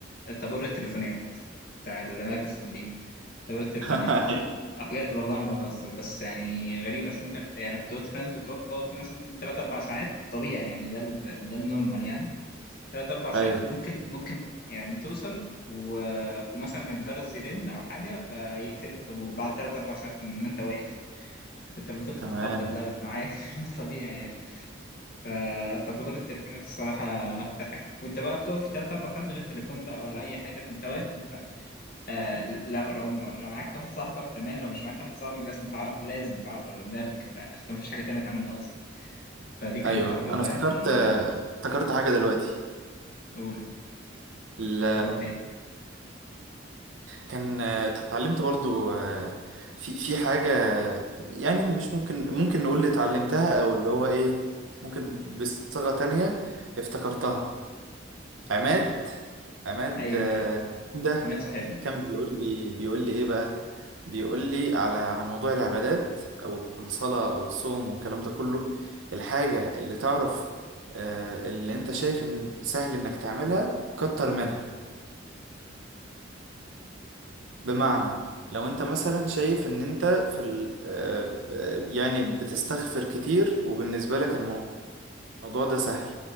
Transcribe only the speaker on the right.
<laughs>
ايوه
تمام
ايوه
انا افتكرت
افتكرت حاجه دلوقتي
ال...
كان اتعلمت برضو آه، في في حاجه يعني مش ممكن ممكن نقول اللي اتعلمتها او اللي هو ايه ممكن بصيغه تانية افتكرتها عماد عماد
عمده
كان بيقول لي بيقول لي ايه بقى بيقول لي على على موضوع العبادات او الصلاة او الصوم والكلام ده كله الحاجة اللي تعرف آه، اللي انت شايف ان سهل انك تعملها كتر منها بمعنى لو انت مثلا شايف ان انت في ال آه، آه، يعني بتستغفر كتير وبالنسبة لك الموضوع ده سهل